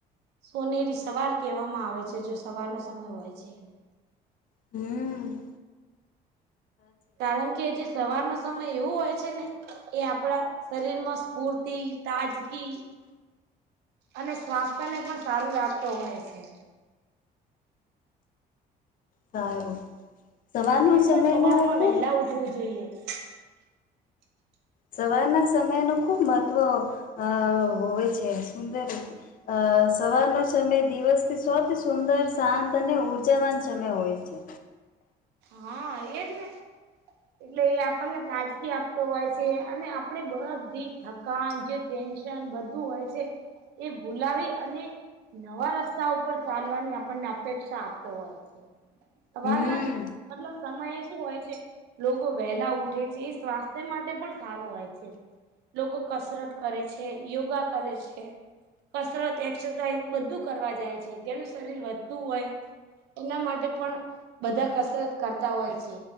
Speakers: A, on the right; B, on the left.
A: સોનેરી સવાર કહેવામાં આવે છે જો સવારનો સમય હોય છે એને
B: હમ.
A: કારણ કે જે સવારનો સમય એવો હોય છે ને એ આપડા શરીર માં સ્ફૂર્તિ, તાજગી અને સ્વાસ્થ્યને પણ સારું રાખતો હોય છે.
B: સારું સવારનો
A: હંમેશા
B: સમય
A: સવારમાં
B: નુ ખુબ
A: વહેલા ઉઠવું જોઈએ. <inaudible>
B: સવારના સમયનું ખૂબ મહત્ત્વ હા--હોય છે સુંદરી અ સવારનો સમય દિવસથી સોથી સુંદર શાંત અને ઉર્જાવાન સમય હોય છે.
A: હા એ જ ને એટલે એ આપણને તાજગી આપતો હોય છે અને આપણે બધી થકાન જે ટેન્શ બધું હોય છે એ ભૂલાવી અને નવા રસ્તા ઉપર ચાલવાની આપણને અપેક્ષા આપતો હોય છે સવારના
B: હમ્મ
A: મતલબ સમયે શું હોય છે. લોકો વહેલા ઉઠે છે એ સ્વાસ્થ્ય માટે પણ સારો હોય છે. લોકો કસરત કરે છે યોગા કરે છે. કસરત એક્સરસાઇઝ બધું કરવા જાય છે જેનું શરીર વધતું હોય. એના માટે પણ બધા કસ કસરત કરતા હોય છે